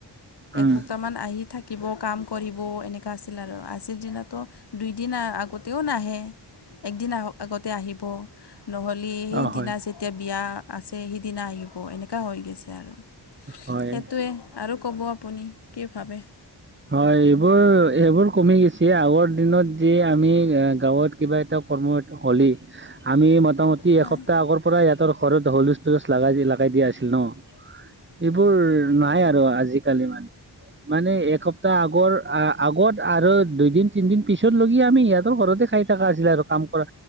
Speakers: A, on the right; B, on the left.
A: উম
B: এসপ্তাহমান আহি থাকিব কাম কৰিব এনেকুৱা আছিল আৰু আজিৰ দিনোতো আহ্ দুইদিন আ আ আগতেও নাহে একদিন আও আগতে আহিব। নহ'লে সেইদিনা
A: অ হয়
B: যেতিয়া বিয়া আছে সেইদিনা আহিব এনেকুৱা হৈ গৈছে আৰু সেইটোৱে
A: হয়
B: আৰু কব আপুনি কি ভাবে
A: হয় এইবোৰ এইবোৰ কমি গৈছে আগৰ দিনত যে আমি গাঁৱত কিবা এটা কৰ্ম হলে আমি মোটামুটি
B: হয়
A: এসপ্তাহ আগৰ পৰাই ইহতৰ ঘৰত হলু ষ্টুলজ লগাই লগাই দিয়া আছিল ন
B: হয়
A: এইবোৰ নাই আৰু আজিকালি মানে মানে এসপ্তাহ আগৰ আগত আৰু দুইদিন তিনিদিন পিছত লগি আমি সিহঁতৰ ঘৰতে খাই থকা আছিলে আৰু কাম কৰা